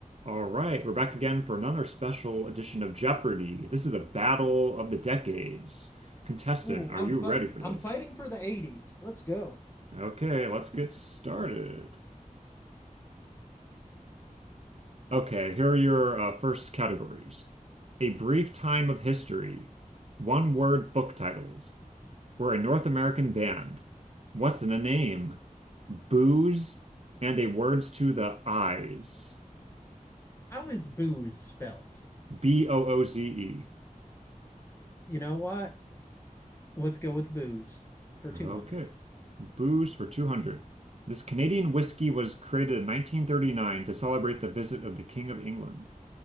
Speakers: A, on the right; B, on the left.
A: All right, we're back again for another special edition of Jeopardy! This is a battle of the decades. Contestant,
B: Ooh,
A: are
B: I'm
A: you
B: fi-
A: ready for
B: I'm
A: this?
B: fighting for the 80s. Let's go.
A: Okay, let's get started. Okay, here are your uh, first categories. A brief time of history, one word book titles. We're a North American band. What's in a name? Booze and a words to the eyes.
B: How is booze spelt?
A: B O O Z E.
B: You know what? Let's go with booze for 200.
A: Okay. Booze for 200. This Canadian whiskey was created in 1939 to celebrate the visit of the King of England.